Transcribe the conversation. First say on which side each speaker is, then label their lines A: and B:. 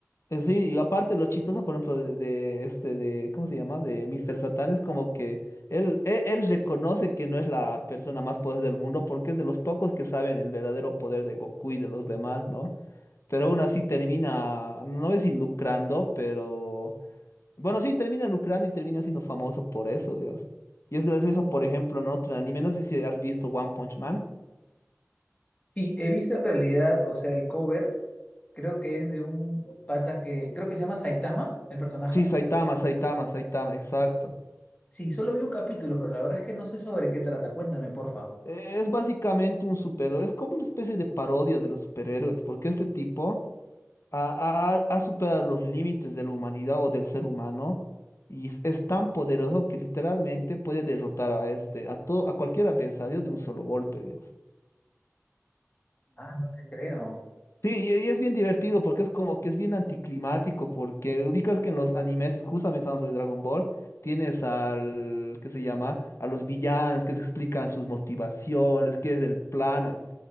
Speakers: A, on the left (about 60°); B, on the left (about 30°).
A: eh, sí, y aparte lo chistoso, por ejemplo, de, de este, de, ¿cómo se llama? De Mr. Satan es como que él, él, él reconoce que no es la persona más poderosa del mundo porque es de los pocos que saben el verdadero poder de Goku y de los demás, ¿no? Pero aún así termina, no sé si lucrando, pero Bueno, sí, termina lucrando y termina siendo famoso por eso, digamos. Y es gracias a eso, por ejemplo, en otro anime, no sé si has visto One Punch Man.
B: Sí, he visto en realidad, o sea, el cover, creo que es de un pata que, creo que se llama Saitama, el personaje.
A: Sí, Saitama, Saitama, Saitama, exacto.
B: Sí, solo vi un capítulo, pero la verdad es que no sé sobre qué trata. Cuéntame, porfa.
A: Eh, Es básicamente un superhéroe, es como una especie de parodia de los superhéroes, porque este tipo ha, ha- ha- ha superado los límites de la humanidad o del ser humano y es, es tan poderoso que literalmente puede derrotar a este, a todo, a cualquier adversario de un solo golpe, digamos.
B: Ah, no te creo.
A: Sí, y y es bien divertido porque es como que es bien anticlimático, porque ubicas que en los animes, justamente estamos de Dragon Ball, tienes al, ¿qué se llama? A los villanos que te explican sus motivaciones, qué es el plan,